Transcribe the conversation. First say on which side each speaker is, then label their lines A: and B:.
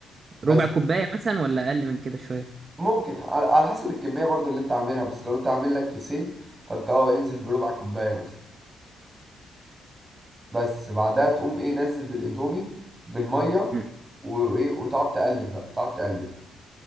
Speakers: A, on the right (about 25°); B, on the right (about 40°).
A: بس
B: ربع كوبايه مثلا ولا اقل من كده شويه
A: ممكن على على حسب الكميه برضو اللي انت عاملها بس لو انت عامل لك كيسين فانت اه انزل بربع كوبايه مثلا بس بعدها تقوم ايه نزل بالاندومي بالميه
B: مم.
A: وايه وتقعد تقلب بقى تقعد تقلب